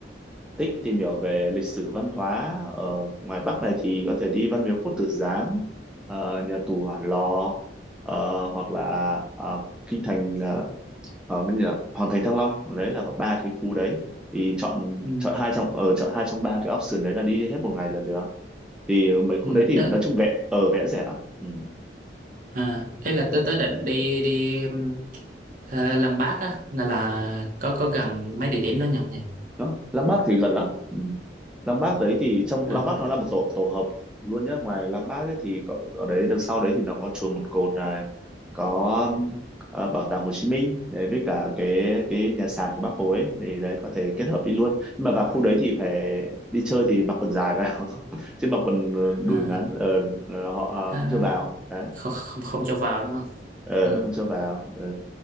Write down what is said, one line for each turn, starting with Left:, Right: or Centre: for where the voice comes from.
Centre: thích tìm hiểu về lịch sử văn hóa ở ngoài Bắc này thì có thể đi Văn Miếu Quốc Tử Giám ờ, nhà tù Hỏa Lò ờ, hoặc là ờ, kinh thành ờ, ờ, cái gì nhỉ? Hoàng thành Thăng Long đấy là có ba cái khu đấy thì chọn
Right: Ừ.
Centre: chọn hai trong ở chọn hai trong ba cái option đấy là đi hết một ngày là được thì mấy khu
Right: Ừ.
Centre: đấy thì
Right: Tớ,
Centre: nói chung vẽ ở vẽ rẻ lắm ừ.
Right: à, ấy là tớ tớ định đi đi ừm, ờ, Lăng Bác á là là có có gần mấy địa điểm đó nhầm nhỉ
Centre: đó Lăng Bác thì gần lắm ừ. Lăng Bác đấy thì trong
Right: à,
Centre: Lăng Bác nó là một tổ tổ hợp luôn nhé, ngoài Lăng Bác ấy thì có, ở đấy đằng sau đấy thì nó có chùa Một Cột này có um, à, bảo tàng Hồ Chí Minh đấy với cả cái cái nhà sàn của Bác Hồ ấy thì đấy có thể kết hợp đi luôn nhưng mà vào khu đấy thì phải đi chơi thì mặc quần dài vào <laughs> chứ mặc quần ờ,
Right: à,
Centre: đùi ngắn ờ, là họ à,
Right: à,
Centre: không cho vào đấy
Right: không, không không cho vào đúng không
Centre: ờ
Right: ừ.
Centre: là không cho vào ờ.